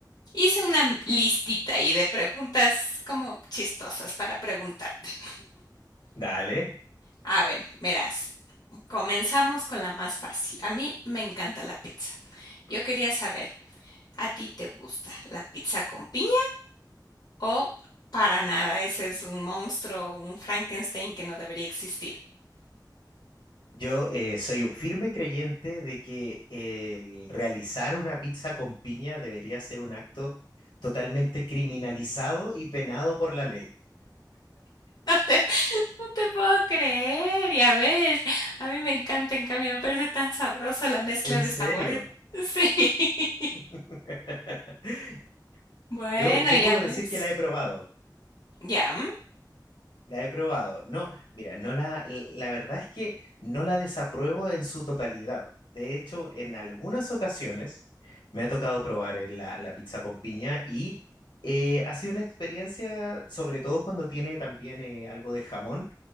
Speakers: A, on the left; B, on the left.
A: hice una m- listita ahí de preguntas como chistosas para preguntarte.
B: Dale.
A: A ver, verás, comenzamos con la más fácil. A mí me encanta la pizza. Yo quería saber, ¿a ti te gusta la pizza con piña? O para nada, ese es un monstruo, un Frankenstein que no debería existir. <laughs>
B: Yo eh, soy un firme creyente de que el realizar una pizza con piña debería ser un acto totalmente criminalizado y penado por la ley.
A: Te- No te puedo creer, ya ves. A mí me encanta, en cambio, me parece tan sabroso la mezcla
B: ¿En
A: de
B: serio?
A: sabores. Sí. <laughs>
B: <laughs>
A: Bueno,
B: Yo, yo
A: ya
B: puedo
A: ves.
B: decir que la he probado,
A: Ya.
B: la he probado. No, mira, no la, la verdad es que no la desapruebo en su totalidad. De hecho, en algunas ocasiones me ha tocado probar eh, la, la pizza con piña y eh, ha sido una experiencia, sobre todo cuando tiene también eh, algo de jamón,